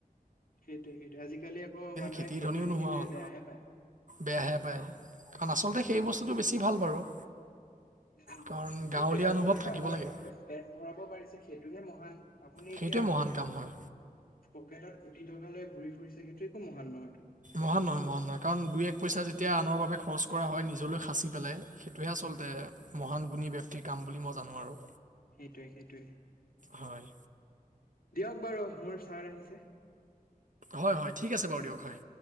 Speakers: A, on the left; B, on the right.
A: সেইটোৱে সেইটোৱে আজিকালি আকৌ মানুহে
B: খেতিৰ
A: খেতি
B: ধনীও
A: থাকিলে
B: নোহোৱা হ'ল
A: বেয়াহে পায়।
B: বেয়াহে পায় কাৰণ আচলতে সেই বস্তুটো বেছি ভাল বাৰু
A: সেইটোয়ে
B: কাৰণ গাঁৱলীয়া
A: আপুনি
B: অনুভৱ
A: কাৰোবাৰ
B: থাকিব লাগে
A: পেট ভৰাব পাৰিছে সেইটোহে মহান আপুনি
B: সেইটোৱে
A: এতিয়া
B: মহান কাম হয়
A: পকেটত কোটি টকা লৈ ঘূৰি ফুৰিছে সেইটো একো মহান নহয়টো।
B: মহান নহয় মহান নহয় কাৰণ দুই এক পইচা যেতিয়া আনৰ বাবে খৰচ কৰা হয় নিজলৈ সাচি পেলাই সেইটোহে আচলতে মহান গুণী ব্যক্তিৰ কাম বুলি মই জানোঁ আৰু
A: সেইটোৱে-সেইটোৱে
B: হয়
A: দিয়ক বাৰু মোৰ ছাৰ আহিছে।
B: হয় হয় ঠিক আছে বাৰু দিয়ক হয়